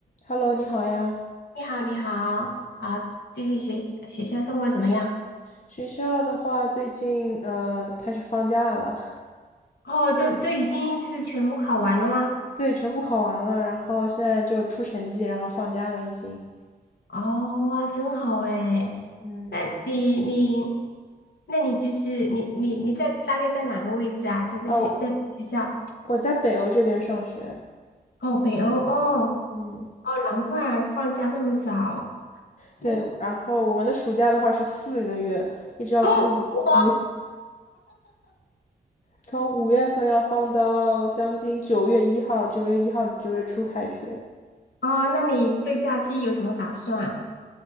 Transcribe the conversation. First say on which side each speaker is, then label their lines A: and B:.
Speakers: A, on the left; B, on the left.
A: Hello，你好呀。
B: 你好，你好啊，最近学学校生活怎么样？
A: 学校的话，最近呃开始放假了，
B: 哦，都都已经就是全部考完了吗？
A: <laughs> 对，全部考完了，然后现在就出成绩，然后放假了已经。
B: 哦，哇，真好诶。
A: 嗯，
B: 那你你，那你就是你你你在大概在哪个位置啊？就是在学在学校？
A: 哦，我在北欧这边上学。
B: 哦，北欧哦
A: 嗯，
B: 哦，难怪啊放假这么早。那你
A: 对，然后我们的暑假的话是四个月，一直要从五
B: 哦哇
A: 从五月份要放到将近九月一号，九月一号九月初开学。
B: 哦，那你这假期有什么打算？